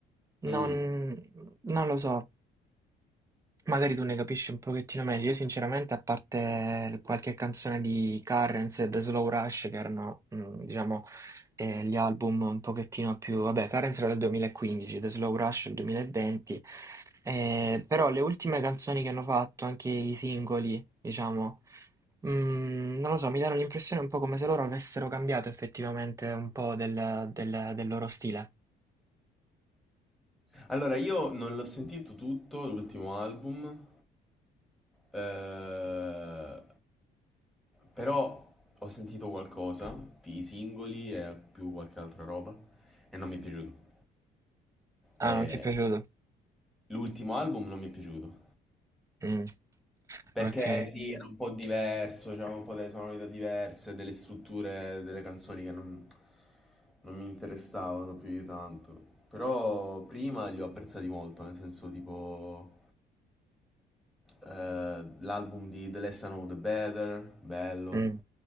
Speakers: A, on the right; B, in the centre.
A: Non,
B: Mm.
A: non lo so. Magari tu ne capisci un pochettino meglio. Io sinceramente, a parte qualche canzone di Currents e The Slow Rush, che erano, mm, diciamo, eh, gli album un pochettino più... Vabbè, Currents era del 2015, The Slow Rush del 2020, eh, però le ultime canzoni che hanno fatto, anche i singoli, diciamo, mm, non lo so, mi danno l'impressione un po' come se loro avessero cambiato effettivamente un po' del, del- del loro stile.
B: Allora, io non l'ho sentito tutto, l'ultimo album, eh, però ho sentito qualcosa di singoli e più qualche altra roba e non mi è piaciuto.
A: Ah,
B: Eh,
A: non ti è piaciuto?
B: l'ultimo album non mi è piaciuto.
A: Mm,
B: Perché
A: ok.
B: sì, era un po' diverso, c'era un po' delle sonorità diverse, delle strutture delle canzoni che non, non mi interessavano più di tanto. Però prima li ho apprezzati molto, nel senso tipo eh, l'album di The Less I Know The Better, bello.
A: Mh,